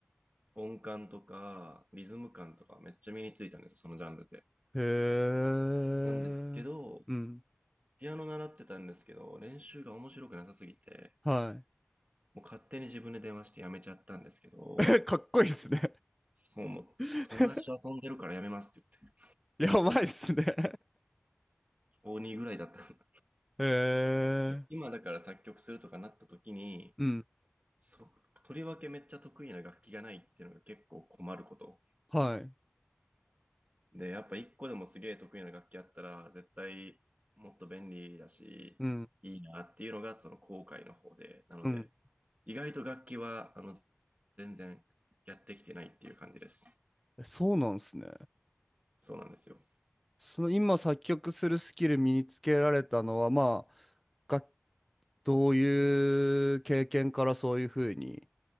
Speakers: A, on the right; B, in the centre.
A: 音感とかリズム感とかめっちゃ身についたんですよ、そのジャンルで。
B: へえうん
A: なんですけど、ピアノ習ってたんですけど、練習が面白くなさすぎて、
B: は
A: もう勝手に自分で電話してやめちゃったんですけど、
B: い <laughs> かっこいいっすね
A: もうも友達と遊んでるからやめますって言って、
B: <laughs> やばいっすね <laughs>
A: 小にぐらいだったん
B: へ
A: で、
B: え
A: 今だから作曲するとかなった時に、
B: うん
A: そ、とりわけめっちゃ得意な楽器がないっていうのが結構困ること。
B: はい
A: で、やっぱ一個でもすげえ得意な楽器あったら、絶対もっと便利だし、
B: うん
A: いいなっていうのがその後悔の方で、なので、
B: うん
A: 意外と楽器は、あの、全然やってきてないっていう感じです。
B: えそうなんすね
A: そうなんですよ。
B: その今作曲するスキル身につけられたのはまあがどういう経験からそういう風に